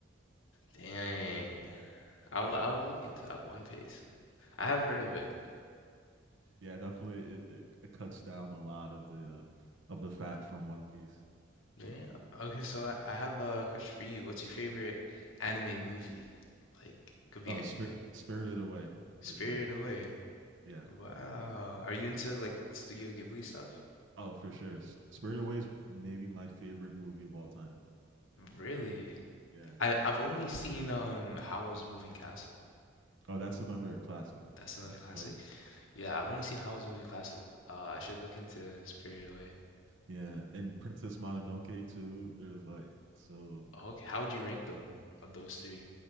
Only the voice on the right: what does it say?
Yeah, definitely. It, it, it cuts down a lot of the uh, of the fat from One Piece.
Oh,
Spir- Spirited Away
for sure.
Yeah.
Oh, for sure. S- Spirited Away is maybe my favorite movie of all time.
Yeah.
Oh, that's another classic.
I
love it.
Yeah, and Princess Mononoke too. There's like so.